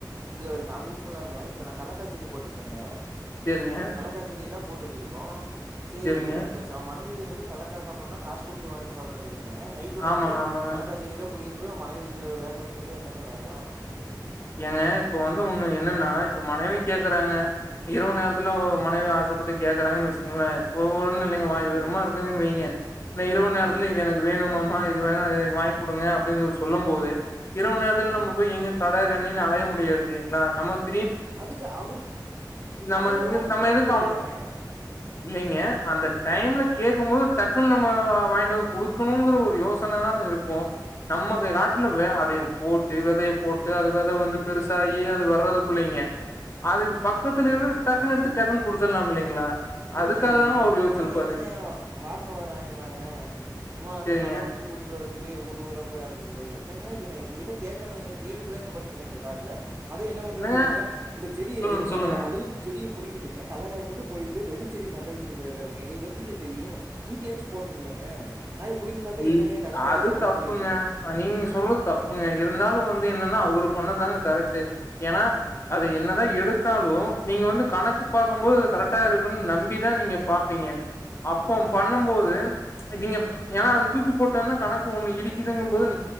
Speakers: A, on the right; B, on the left.
A: இங்க வருங்க அதுவும் இல்லாங்க இப்ப நான் கலக் கா செடி போட்டுருக்கங்க
B: சேரிங்க
A: கலக்காச்செடிய எல்லாம் போட் பிரிச்சுருக்கோம் செரின்னு
B: சேரிங்க
A: சொல்லி வுட்டாச்சு ஆமார் <unintelligible> வந்து கலக்கா சாப்பிடனும்னா காசு குடுத்து வாங்கி சாப்படவே <unintelligible> நைட்டோட
B: ஆமாங்க
A: நைட்டா
B: ஆமாங்க
A: கலக்காச்செடியில புடிங்கிட்டு போய் மனைவி வேக வச்சு குடுத்தா என்னங்க நியாயம்
B: ஏங்க இப்ப வந்து ஒண்ணு என்னன்னா இப்ப மனைவி கேக்குறாங்க இரவு நேரத்துல மனைவி ஆசைப்பட்டு கேக்குறாங்கு வச்சங்கோங்களேன் ஒவ்வொ ஒன்னும் இல்லைங்க வாய்ஈரமா
A: ம்
B: இருக்கங்கன்னு வைங்க இரவு நேரத்தில்
A: ம்
B: இது எனக்கு வேணும் மாமா இது வேணா வாங்கி குடுங்க அப்படின் சொல்லும் போதே இரவு நேரத்துல நம்ம
A: ம்
B: போய் எங்க க கட கண்ணின்னு அலைய முடியாது இல்லைலீங்களா நமக்
A: அதுக்கு அவரு
B: நம்ம
A: அவங்க
B: இது-
A: காட்டுல
B: நம்ம
A: போட
B: எதுக்கு
A: வேண்டியதாங்க
B: அவ இல்லைங்க அந்த டைம்ல கேட்கும் போது டக்குன்னு நம்ம வாங்கிட்டு வந்து குடுக்கணும்ங்கிற ஒரு யோசனைதான் இருக்கும் நமக்கு காட்டுல அதை போட்டு விதைய போட் டு அது விதை வந்து பெருசாயி அது வர்றதுக்குள்ளைங்க அதுக்கு பக்கத்துல டக்குனு எடுத்து டக்குன் குடுத்துலாம் இல்லைங்களா
A: இல்ல
B: அதுக்காக
A: இ
B: தாங்க அவரு யோசிச்சிருப்பாரு.
A: இவங்க என்னங்க வாரனு வராயினாங்க சும்மா அந்த
B: சரிங்க.
A: பட்டாமுச்சி புடிச்சிரு வரு சொல்லி ஊர் ஊரா போய் அலைஞ்சிட்டு வர என்னங்க இது எங்க கிட்ட கேட்கணுங்க கேட்டுட்டுதாங்க பறிக்கணும் எங்க காட்டுல அது என்ன பண்றதுன்னு
B: என்னங்க?
A: தெரியங்களா அந்த செடிய
B: சொல்லுங்க,
A: இருங்க
B: சொல்லுங்க.
A: அதையும் செடிய புடிங்கிட்டுங்க கல்லக்காய் மட்டும் பொறிட் ட்டு வெறும்ச்செடிய நட்டு வச்சுட்டு போயிடுறாருங்க எங்களுக்கு எப்படிங்க தெரியும் தூக்கி யாச்சும் போடணும்லங்க நாங்க புடுங்கி பார்த்தா
B: ம
A: என்னங்க கல்லக்காயே
B: அது
A: வரலன்னு
B: தப்புங்க
A: சொல்லிட்டு இருக்கோம்.
B: நீங்க சொல்றது தப்புங்க இருந்தாலும் வந் து என்னண்ணா அவுரு பண்ணுணதுதாங்க கரெக்ட்டு ஏனா அத என்னதான் எடுத்தாலும் நீங்க வந்து கணக்கு பாக்கும்போது அது கரெக்டா இருக்கும் நம்பி தான் நீங்க பாப்பீங்க அப்போ
A: ஆமாமா.
B: பண்ணும்போது ச் கிவ்வப்ப ஏன்னா அது தூக்கி போட்டேனா கணக்கு ஒண்ணு இடிக்குதுங்கும் போது